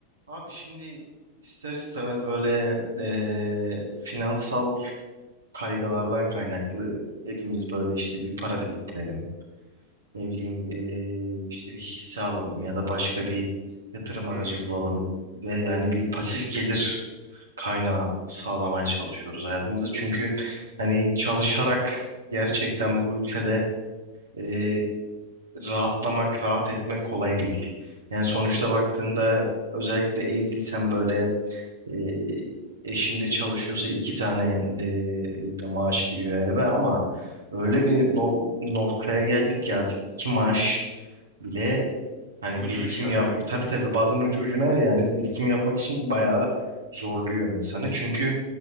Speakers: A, on the right; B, on the right.
A: Abi şimdi ister istemez böyle eee, finansal kaygılardan kaynaklı hepimiz böyle işte bir para biriktirelim. Ne bileyim eee, işte bir hisse alalım ya da başka bir yatırım aracı
B: Hı hı.
A: bulalım ve yani bir pasif gelir kaynağı sağlamaya çalışıyoruz hayatımızda. Çünkü hani çalışarak gerçekten bu ülkede eee, rahatlamak, rahat etmek kolay değil. Yani sonuçta baktığında özellikle de evliysen böyle e, eşinde çalışıyorsa iki tane e, ya maaş giriyor eve ama öyle bir no- noktaya geldik ki artık iki maaş bile hani
B: Ucu
A: birikim
B: ucuna
A: yap
B: belki.
A: tabii tabii bazen ucu ucuna yani birikim yapmak için bayağı zorluyor insanı. Çünkü